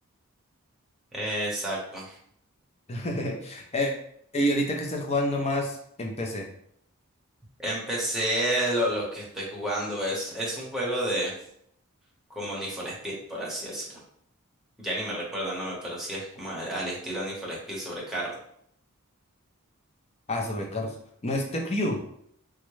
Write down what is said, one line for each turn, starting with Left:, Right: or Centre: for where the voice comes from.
Centre: Exacto.
Left: <laughs> Eh, y ahorita que estás jugando más en PC.
Centre: Empecé lo, lo que estoy jugando es, es un juego de, como Need for Speed, por así decirlo. Ya ni me recuerdo el nombre, pero sí es como a- al estilo Need for Speed sobre carro.
Left: Ah, sobre carros. ¿No es The Crew